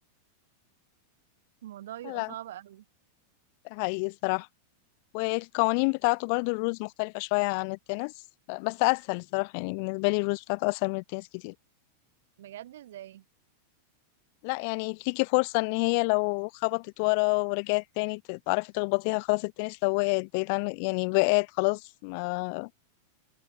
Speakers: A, on the right (about 60°); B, on the left (about 45°).
A: <laughs> الموضوع بيبقى
B: لا
A: صعب قوي
B: ده حقيقي الصراحة والقوانين بتاعته برضو الرولز مختلفة شوية عن التنس بس أسهل الصراحة يعني بالنسبة لي الرولز بتاعته أسهل من التنس كتير
A: بجد ازاي
B: لا يعني ليكي فرصة إن هي لو خبطت ورا ورجعت تاني ت- تعرفي تخبطيها خلاص التنس لو وقعت بعيد عن يعني وقعت خلاص ما